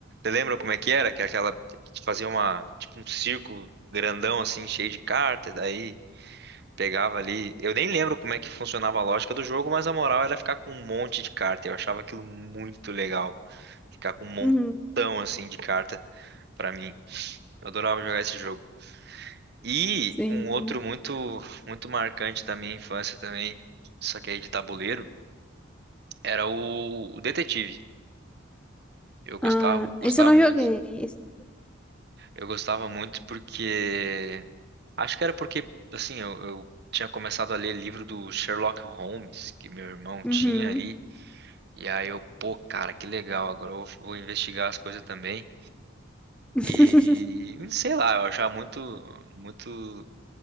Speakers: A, on the right (about 55°); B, in the centre.
A: Você lembra como é que era? Que é aquela que fazia uma, tipo um círculo grandão assim, cheio de carta, daí pegava ali. Eu nem lembro como é que funcionava a lógica do jogo, mas a moral era ficar com um monte de carta. Eu achava aquilo muito legal. Ficar com um montão
B: uhum,
A: assim de carta pra mim. Eu adorava jogar esse jogo. E
B: sim.
A: um outro muito muito marcante da minha infância também, só que aí de tabuleiro, era o o Detetive. Eu gostava,
B: Ah,
A: gostava
B: esse eu não
A: muito.
B: joguei. Esse,
A: Eu gostava muito porque. Acho que era porque, assim, eu, eu tinha começado a ler livro do Sherlock Holmes, que meu irmão
B: uhum.
A: tinha ali. E aí eu, pô, cara, que legal, agora eu vou, vou investigar as coisas também.
B: <laughs>
A: E sei lá, eu achava muito, muito,